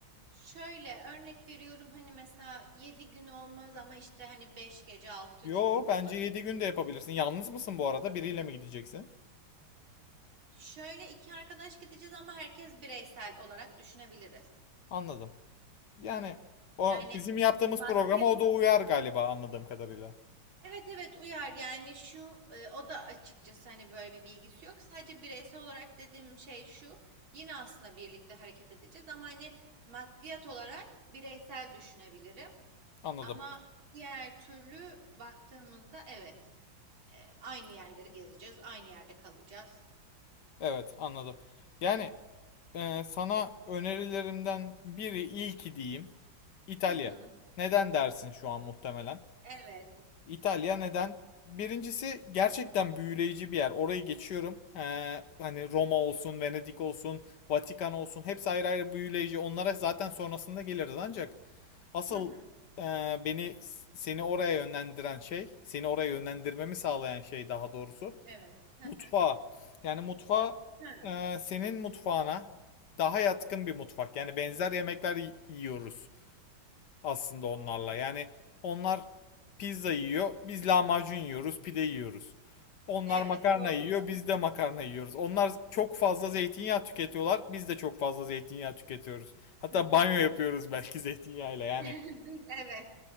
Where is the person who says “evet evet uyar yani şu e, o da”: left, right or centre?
Right